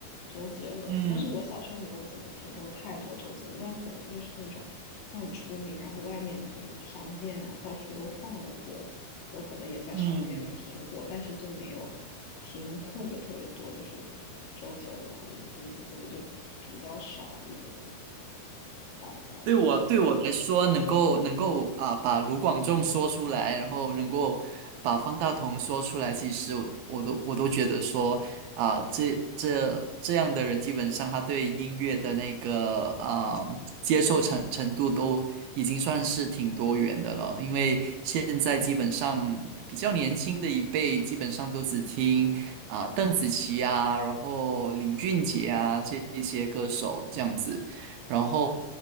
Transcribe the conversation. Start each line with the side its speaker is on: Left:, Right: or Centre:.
Left: 周杰伦，
Right: 嗯
Left: 但是我小时候没有怎么听过太多周杰伦，但可能就是那种他很出名，然后外面就是商店啊，到处都放的歌，我可能也在商店里听过，
Right: 嗯。
Left: 但是就没有听特别特别多，就是周杰伦啊、林俊杰这些就比较少一点点，大概。
Right: 对我对我来说，能够能够啊、把卢广仲说出来，然后能够把方大同说出来，其实我我都我都觉得说啊、这这这样的人，基本上他对音乐的那个啊、接受程程度都已经算是挺多元的了。因为现在基本上比较年轻的一辈，基本上都只听啊、邓紫棋啊，然后林俊杰啊这一些歌手这样子。然后